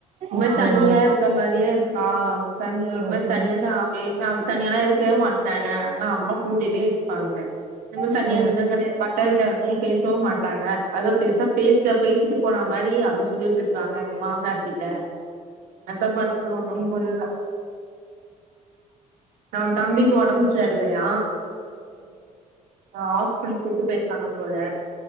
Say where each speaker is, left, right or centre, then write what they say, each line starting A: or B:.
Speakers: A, on the right; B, on the right.
A: ஒரு மாரி
B: ம்
A: தனியா இருக்க மாரியே இருக்கா தனி ஒரு
B: ம்
A: மாரி தனிய
B: ம்
A: தான் அப்டியே அப்ப தனியலா இருக்கவெ மாட்ட ஆனா அம்மா கூடவே இருப்பாங்க இந்த மாரி
B: ஏ
A: தனியா இருந்தது கெடையாது பக்கத்துல இருக்கும் பேசவும் மாட்டாங்க அதோ பெருசா பேசல பேசிட்டு போன மாரி அப்டி சொல்லி வச்சிருக்காங்க மாமனார்கிட்ட எனத்த பண்ணனும் ஒன்னு புரியல ந அவன் தம்பிக்கு உடம்பு சேரில்லயா ஆ ஹாஸ்பிடலு கூட்டு போயிருக்காங்க அ